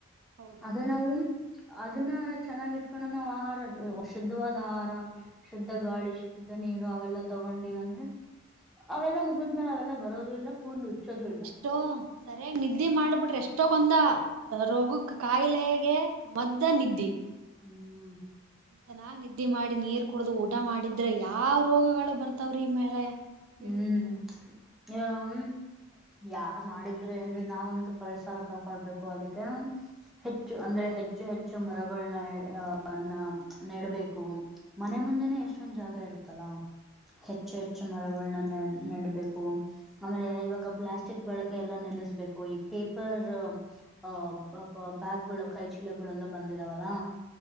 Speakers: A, on the right (about 85°); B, in the centre.
A: ಹೌದು
B: ಅದೆ ನಾವು ಅದನ್ನ ಚೆನ್ನಾಗಿವಿ ಕಣ ನಾವು ಆಹಾರ ಶುದ್ಧವಾದ ಆಹಾರ ಶುದ್ಧ ಗಾಳಿ ಶುದ್ಧ ನೀರು ಅವೆಲ್ಲ ತಗೊಂಡಿವ ಅಂದ್ರೆ ಅವೆಲ್ಲ ಮುಗಿದ್ಮೇಲೆ ಅವೆಲ್ಲ ಬರೋದು ಇಲ್ಲ ಕೂಲ್ ಹಚ್ಚೋದು ಇಲ್ಲ
A: ಟೊ ಸರಿಯಾಗಿ ನಿದ್ದೆ ಮಾಡಿಬಿಟ್ರೆ ಎಷ್ಟೊಕ್ಕೊಂದ ರೋಗಕ್ ಕಾಯಿಲೆಗೆ ಮದ್ದ ನಿದ್ದೆ
B: ಹ್ಮ್
A: ಚೆನ್ನಾಗ್ ನಿದ್ದೆ ಮಾಡಿ ನೀರ್ ಕುಡ್ದು ಊಟ ಮಾಡಿದ್ರೆ ಯಾವ್ ರೋಗಗಳು ಬರ್ತಾವ್ರೀ ಮೇರಾಯ ಹೇಳ್ರಿ
B: ಹ್ಮ್
A: ನೀವ
B: ಇವಾಗ ಯಾರ್ ಮಾಡಿದ್ರ ಏನ್ರಿ ನಾವಂತೂ ಪರಿಸರ ಕಾಪಾಡ್ಬೇಕು ಅದಕ್ಕೆ ಹೆಚ್ಚು ಅಂದ್ರೆ ಹೆಚ್ಚು ಹೆಚ್ಚು ಮರಗಳನ್ನ ಅ ನ ನೆಡಬೇಕು ಮನೆ ಮುಂದೆನೆ ಎಷ್ಟೊಂದ್ ಜಾಗ ಇರುತ್ತಲ್ಲ ಹೆಚ್ಚು ಹೆಚ್ಚು ಮರಗಳನ್ನ ನೆ ನೆಡ್ಬೇಕು ಆಮೇಲೆ ಇವಾಗ ಪ್ಲಾಸ್ಟಿಕ್ ಬಳಕೆ ಎಲ್ಲ ನಿಲ್ಲಿಸಬೇಕು ಈ ಪೇಪರ್ ಆ ಬ್ಯಾಗ್ಗಳು ಕೈ ಚೀಲಗಳ್ಳೆಲ್ಲ ಬಂದಿದಾವಲ್ಲಾ